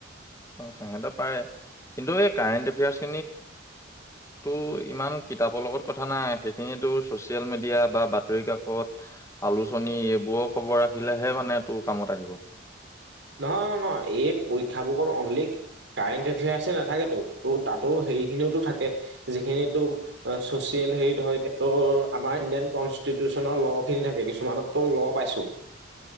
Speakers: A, on the left (about 15°); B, on the right (about 75°).
A: অঁ সিহঁতে পাৰে কিন্তু এই কাৰেণ্ট এফেয়াৰ্চ খিনিো ইমান কিতাপৰ লগত কথা নাই সেইখিনো ছচিয়েল মিডিয়া বা বাতৰি কাকত আলোচনী এইবোৰৰ খবৰ ৰাখিলেহে মানে তোৰ কামত আহিব
B: নহয়, নহয়, নহয় এই পৰীক্ষা বোৰ অনলি কাৰেণ্ট এফেয়াৰ্চ নাথাকেতো ত তাতো হেৰিখিনিওো থাকে যিখিনি তো চচিয়েল হেৰি ধৰ ত' আমাৰ ইণ্ডিয়ান কনষ্টিটিউচনৰ ল' খিনি থাকে কিছুমানতো ল' পাইছো